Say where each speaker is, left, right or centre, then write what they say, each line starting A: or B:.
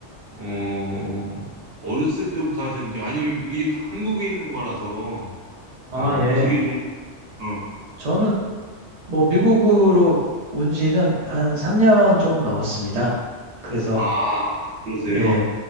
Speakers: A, on the right; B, on the right.
A: 어, 어렸을 때부터 하셨는지, 아니면 이게 다 한국에 있는 거라서,
B: 아,
A: 어,
B: 예.
A: 그게 좀, 어,
B: 저는 뭐 미국으로 온 지는 한 3년 조금 넘었습니다. 그래서,
A: 아, 그러세요.
B: 예,